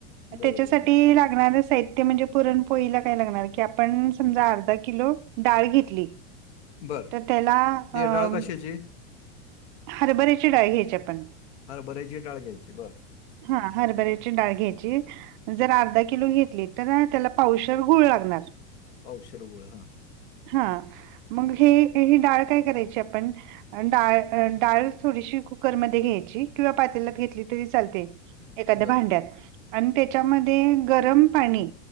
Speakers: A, on the left; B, on the right.
A: बर
B: त्याच्यासाठी
A: बर बर
B: लागणारं साहित्य, त्य म्हणजे पुरणपोळीला काय लागणार की, आपण समजा अर्धा किलो डाळ घेतली.
A: बर
B: तर त्याला
A: ती
B: अं
A: डाळ कशाची?
B: हरबर्याची डाळ घ्यायची आपण.
A: हरबर्याची डाळ घ्यायची, बरं.
B: हा हरभऱ्याची डाळ घ्यायची. जर अर्धा किलो घेतली तर, त्याला पावशर गुळ लागणार.
A: पावशेर गुळ हा.
B: हा मग हे ही डाळ काय करायची आपण, डाळ, डाळ थोडीशी कुकरमध्ये घ्यायची किंवा पातेल्यात घेतली तरी चालेल. चालते, एखाद्या
A: बर
B: भांड्यात. अन त्याच्यामध्ये गरम पाणी,